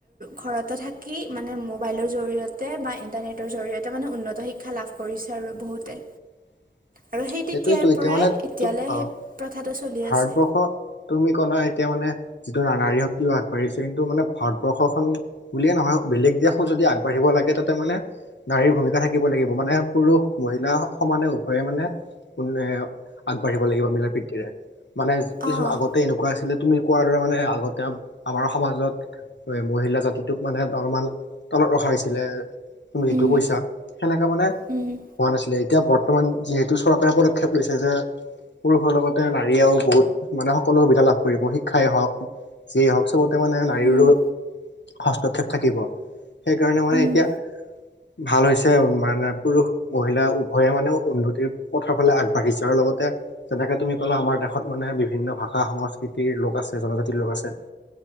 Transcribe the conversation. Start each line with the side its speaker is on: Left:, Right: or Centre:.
Right: ঘৰতে থাক কি মানে মোবাইলৰ জৰিয়তে বা ইন্টাৰনেটৰ জৰি়য়তে মানে উন্নত শিক্ষা লাভ কৰিছে আৰু বহুতে।
Left: <inaudible>
Right: আৰু সেই তেতিয়াৰ
Left: সেইটোৱেতো এতিয়া
Right: পৰাই
Left: মানে,
Right: এতিয়ালৈ
Left: ত, অ',
Right: সেই প্ৰথাটো চলি
Left: ভাৰতবৰ্ষ,
Right: আছে
Left: তুমি ক'লা এতিয়া মানে যিটো না-নাৰী শক্তিও আগবাঢ়িছে। কিন্তু মানে ভাৰতবৰ্ষখন বুলিয়ে নহয়, বেলেগ দেশো যদি আগবাঢ়িব লা তাকে তাতে মানে নাৰীৰ ভূমিকা থাকিব লাগিব। মানে পুৰুষ-মহিলা সমানে উভয়ে মানে কুলুৱে আগবাঢ়িব লাগিব মিলা-প্ৰীতিৰে। মানে কিছু
Right: অঁ
Left: আগতে এনেকুৱা আছিলে তুমি কোৱাৰ দৰে মানে, আগতে আ-আমাৰ সমাজত কৰে মহিলা জাতিটোক মানে অলপমান তলত ৰখা হৈছিলে। তুমি যিটো
Right: উম
Left: কৈছা, সেনেকা মানে
Right: উম
Left: হোৱা নাছিলে। এতিয়া বৰ্তমান যিহেতু ছু চৰকাৰে পদক্ষেপ লৈছে যে পুৰুষৰ লগতে নাৰীয়েও বহুত মানে, সকলো সুবিধা লাভ কৰিব শিক্ষাই হওঁক, যিয়েই হওঁক চবত তাতে মানে নাৰীৰো
Right: উম
Left: হস্তক্ষেপ থাকিব। সেইকাৰণে মানে
Right: উম
Left: এতিয়া ভাল হৈছে। মানে পুৰুষ-মহিলা উভয়ে মানে উন্নতিৰ পথৰ ফালে আগবাঢ়িছে, আৰু লগতে যেনেকে তুমি ক'লা আমাৰ দেশত মানে বিভিন্ন ভাষা-সংস্কৃতিৰ লোক আছ ছে জনজাতিৰ লোক আছে।